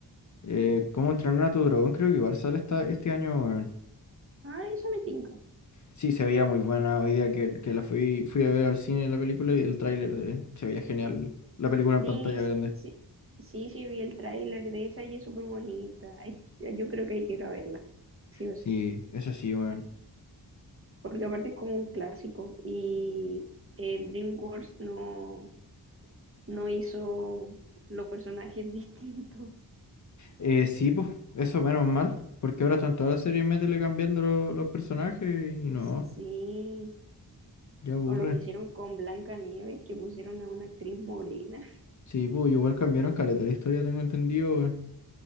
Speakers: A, on the left (about 45°); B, on the right (about 30°).
A: Eh, ¿Cómo entrenar a tu dragón? Creo que igual sale esta, este año. weón.
B: Ah, esa me tinca.
A: Sí, se veía muy buena. Hoy día que, que la fui, fui a ver al cine la película y el tráiler eh, se veía genial. La película en
B: Sí,
A: pantalla grande.
B: sí, sí, sí, vi el tráiler de esa y es súper bonita. Ay, Yo creo que quiero verla, sí o
A: Sí,
B: sí.
A: eso sí, weón.
B: porque aparte es como un clásico y eh, DreamWorks no, no hizo los personajes <laughs> distintos.
A: Eh, sí, pues, eso menos mal. Porque ahora están todas las series métele cambiando lo- los personajes y no,
B: Sí,
A: ya aburre.
B: o lo que hicieron con Blancanieves que pusieron a una actriz morena. <laughs>
A: Sí, pues igual cambiaron caleta la historia, tengo entendido, weón.